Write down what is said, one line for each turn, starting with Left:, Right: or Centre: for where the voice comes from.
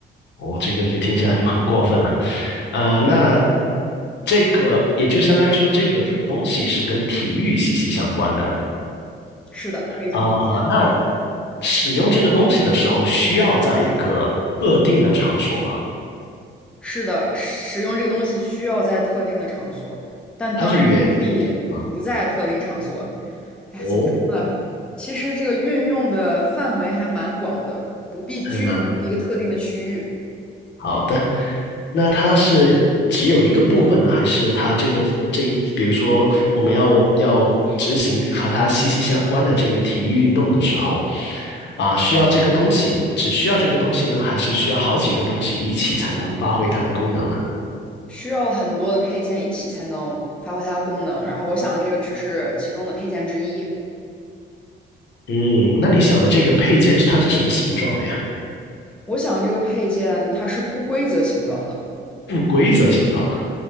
Left: 哦，这个就听起来就很过分了。呃，那这个也就相当于说，这个东西是跟体育息息相关的。
Centre: 是的，可以这么理解。
Left: 啊、那使用这个东西的时候，需要在一个特定的场所吗？
Centre: 是的，使用这个东西需要在特定的场所，但当然也可以不在特定场所。
Left: 它是园地吗？
Centre: 哎，
Left: 哦，
Centre: 怎么说呢？其实这个运用的范围还蛮广的，不必拘泥于一个特定的区域，
Left: 还蛮。好的，那它是只有一个部分呢，还是它这个这，比如说我们要要执行和它息息相关的这个体育运动的时候，啊，需要这个东西，只需要这个东西呢，还是需要好几个东西一起才能发挥它的功能呢？
Centre: 需要很多的配件一起才能发挥它的功能。然后我想这个只是其中的配件之一。
Left: 嗯，那你想的这个配件是它是什么形状的呀？
Centre: 我想这个配件它是不规则形状的。
Left: 不规则形状，